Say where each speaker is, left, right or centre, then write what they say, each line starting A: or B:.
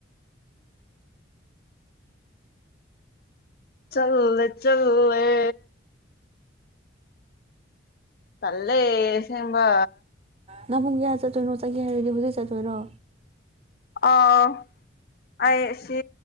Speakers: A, on the left; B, on the right.
A: ꯆꯠꯂꯨꯂꯦ ꯆꯠꯂꯨꯂꯦ꯫ ꯇꯜꯂꯦ ꯑꯁꯦꯡꯕ꯫
B: ꯅꯪ ꯄꯨꯡ ꯀꯌꯥ ꯆꯠꯇꯣꯏꯅꯣ ꯆꯠꯒꯦ ꯍꯥꯏꯔꯗꯤ ꯍꯧꯖꯤꯛ ꯆꯠꯇꯣꯏꯔꯣ꯫
A: ꯑꯥ꯫ ꯑꯩ ꯁꯤ